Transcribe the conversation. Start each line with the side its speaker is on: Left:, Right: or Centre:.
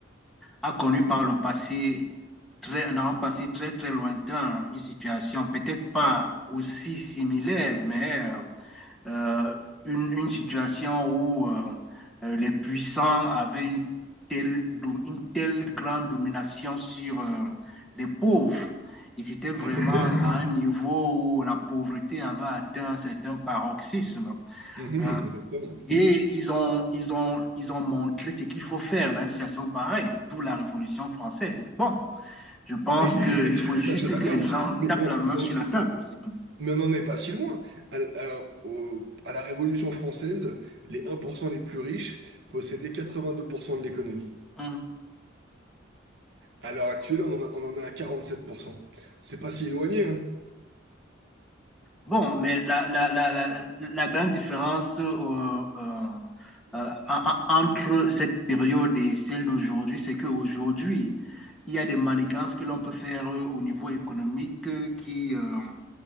Centre: a connu par le passé, très, dans un passé très, très lointain, une situation peut-être pas aussi similaire, mais euh, euh, une, une situation où euh, euh, les puissants avaient une telle, une telle grande domination sur euh, les pauvres. Ils étaient vraiment
Right: Exactement.
Centre: à un niveau où la pauvreté avait atteint un certain paroxysme.
Right: Mhm,
Centre: Euh,
Right: exactement.
Centre: et ils ont, ils ont, ils ont montré ce qu'il faut faire dans une situation pareille, d'où la Révolution française. Bon, je pense
Right: Mais
Centre: qu'il
Right: je
Centre: faut
Right: suis tout
Centre: juste
Right: à fait d'accord.
Centre: que les gens
Right: Mais
Centre: tapent
Right: on,
Centre: la main
Right: on-
Centre: sur la table, c'est tout.
Right: Mais on n'en est pas si loin. À, à- au- à la Révolution française, les 1% les plus riches possédaient 82% de l'économie.
Centre: Mmh.
Right: À l'heure actuelle, on en a, on en est à 47%. C'est pas si éloigné, hein.
Centre: Bon, mais la, la, la, la, la grande différence euh, euh, euh, entre cette période et celle d'aujourd'hui, c'est qu'aujourd'hui, il y a des manigances que l'on peut faire euh, au niveau économique euh, qui, euh,